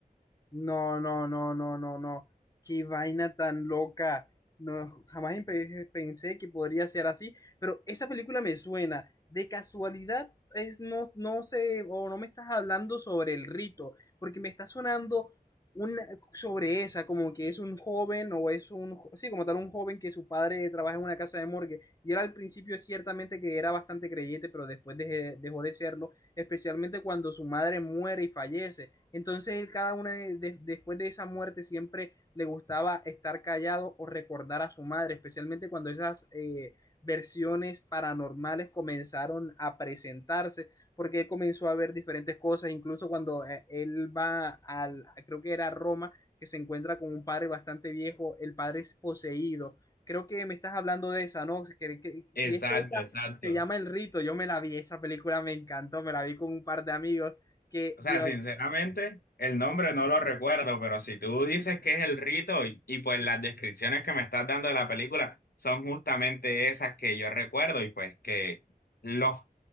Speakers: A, on the left (about 25°); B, on the left (about 75°).
A: No, no, no, no, no, no. Qué vaina tan loca. No, jamás empe- pensé que podría ser así, pero esa película me suena. De casualidad es no, no sé, o no me estás hablando sobre el rito, porque me está sonando una, sobre esa, como que es un joven, o es un, jo- sí, como tal, un joven que su padre trabaja en una casa de morgue, y él al principio es ciertamente que era bastante creyente, pero después deje- dejó de serlo especialmente cuando su madre muere y fallece. Entonces él cada una de, de- después de esa muerte siempre le gustaba estar callado o recordar a su madre, especialmente cuando esas eh, versiones paranormales comenzaron a presentarse, porque él comenzó a ver diferentes cosas, incluso cuando eh, él va al, creo que era Roma, que se encuentra con un padre bastante viejo, el padre es poseído. Creo que me estás hablando de esa, ¿no? Que, que-
B: Exacto,
A: si es esa,
B: exacto.
A: se llama El Rito, yo me la vi, esa película me encantó, me la vi con un par de amigos, que
B: O sea,
A: Dios,
B: sinceramente, el nombre no lo recuerdo, pero si tú dices que es el rito y, y pues las descripciones que me estás dando de la película son justamente esas que yo recuerdo y pues que los